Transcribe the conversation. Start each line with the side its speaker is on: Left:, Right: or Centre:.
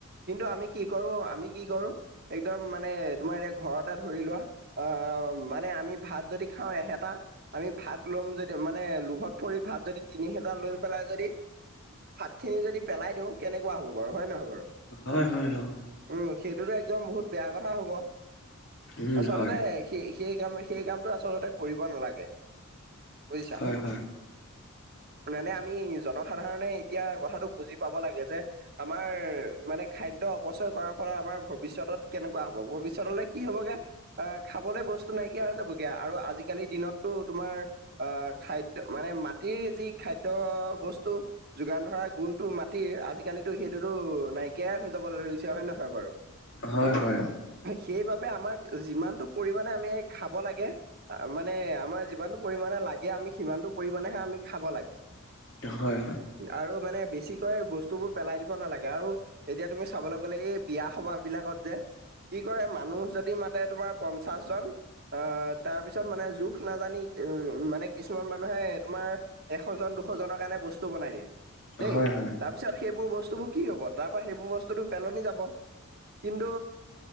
Right: কিন্তু আমি কি কৰো আমি কি কৰো। একদম মানে তোমাৰ এতিয়া ঘৰতে ধৰি লোৱা অ মানে আমি ভাত যদি। খাওঁ এহেতা। আমি ভাত লম যদি মানে লোহত পৰি ভাত যদি তিনি হেতা লৈ পেলাই যদি। ভাত খিনি যদি পেলাই দিওঁ কেনেকুৱা হ'ব বাৰু হয় নহয় বাৰু
Left: হয়, হয়, অ,
Right: উম, সেইটোতো একদম বহুত বেয়া কথা হ'ব
Left: উম
Right: আচলতে
Left: হয়
Right: সেই সেই কাম সেই কামটো আচলতে কৰিব নালাগে বুজিছা।
Left: হয় হয়
Right: মানে আমি জনসাধাৰণে এতিয়া কথাটো বুজি পাব লাগে যে আমাৰ মানে খাদ্য অপচয় কৰাৰ ফলত আমাৰ ভৱিষ্যত কেনেকুৱা হ'ব ভৱিষ্যতলে কি হবগে, আহ খাবলৈ বস্তু নাইকিয়া হৈ যাবগে আৰু আজিকালিৰ দিনতো তোমাৰ। আহ খাদ্য মানে মাটিৰ যি খাদ্য বস্তু, যোগান ধৰা গুণটো মাটিৰ আজিকালিতো সেইটোতো নাইকিয়াই হৈ যাবলৈ ধৰিছে হয় নে নহয় বাৰু,
Left: হয় হয়।
Right: সেইবাবে আমাক যিমানটো পৰিমাণে আমি খাব লাগে। মানে আমাৰ যিমানটো পৰিমানে লাগে আমি সিমানতটো পৰিমানেহে আমি খাব লাগে।
Left: হয় হয়।
Right: আৰু মানে বেছিকৈ বস্তুবোৰ পেলাই দিব নালাগে আৰু এতিয়া তুমি চাবলৈ গ'লে এই বিয়া সবাহ বিলাকত যে কি কৰে মানুহ যদি মাতে তোমাৰ পঞ্চাশ জন আহ তাৰপিছত মানে জোখ নাজানি উম মানে কিছুমান মানুহে তোমাৰ এশ জন দুশজনৰ কাৰণে বস্তু বনাই দিয়ে দেই
Left: হয় হয় হয়
Right: তাৰপিছত সেইবোৰ বস্তুবোৰ কি হ'ব তাৰ পৰা সেইবোৰ বস্তুটোটো পেলনি যাব। কিন্তু